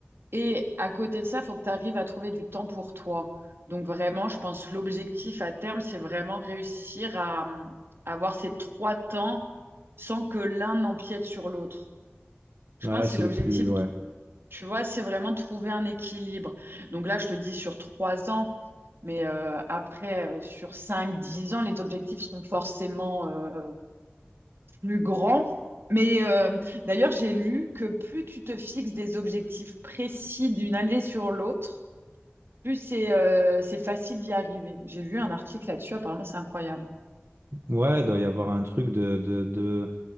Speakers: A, on the right; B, on the right.
A: Et à côté de ça, faut que tu arrives à trouver du temps pour toi. Donc vraiment, je pense l'objectif à terme, c'est vraiment réussir à euh, avoir ces trois temps sans que l'un n'empiète sur l'autre. Je
B: Ouais,
A: pense que
B: c'est
A: c'est l'objectif
B: le plus. Ouais.
A: tu vois, c'est vraiment trouver un équilibre. Donc là, je te dis sur trois ans, mais euh, après, euh, sur cinq, dix ans, les objectifs seront forcément euh, plus grands. Mais euh, d'ailleurs, j'ai lu que plus tu te fixes des objectifs précis d'une année sur l'autre, plus c'est euh, c'est facile d'y arriver. J'ai lu un article là-dessus, apparemment, c'est incroyable.
B: Ouais, il doit y avoir un truc de, de, de-